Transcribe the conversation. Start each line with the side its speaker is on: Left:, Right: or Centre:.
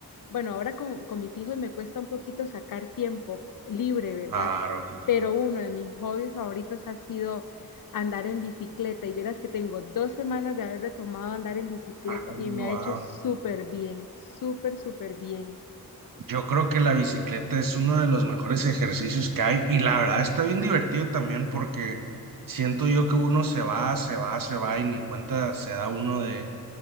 Left: bueno, ahora con, con mis hijos me cuesta un poquito sacar tiempo libre, ¿verdad?
Right: Claro, claro.
Left: Pero uno de mis hobbies favoritos ha sido andar en bicicleta. Y vieras que tengo dos semanas de haber retomado andar en bicicleta
Right: Ah,
Left: y me
Right: wow.
Left: ha hecho súper bien, súper, súper bien.
Right: Yo creo que la bicicleta es uno de los mejores ejercicios que hay y la verdad está bien divertido también porque siento yo que uno se va, se va, se va y ni cuenta se da uno de